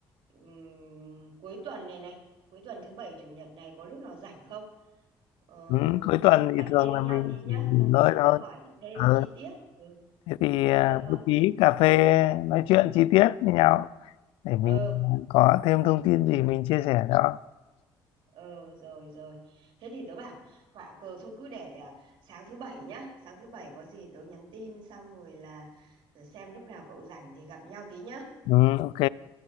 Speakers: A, on the right; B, on the left.
A: Ừm, cuối tuần này này, cuối tuần thứ bảy chủ nhật này có lúc nào rảnh không? Ờ,
B: ừ, cuối tuần thì
A: cà
B: thường
A: phê với
B: là mình
A: nhau tí
B: chỉ
A: nhá,
B: nghỉ
A: xong
B: ngơi
A: rồi để
B: thôi
A: tớ hỏi thêm
B: Ờ,
A: chi tiết. Ừ,
B: thế thì à,
A: có được không?
B: bố trí cà phê nói chuyện chi tiết với nhau để mình
A: Ừ.
B: có thêm thông tin gì mình chia sẻ cho
A: Ờ rồi rồi Thế thì tớ bảo họa cờ thôi cứ để à, sáng thứ bảy nhá Sáng thứ bảy có gì tớ nhắn tin xong rồi là ờ, xem lúc nào cậu rảnh thì gặp nhau tí nhá
B: ừ, ok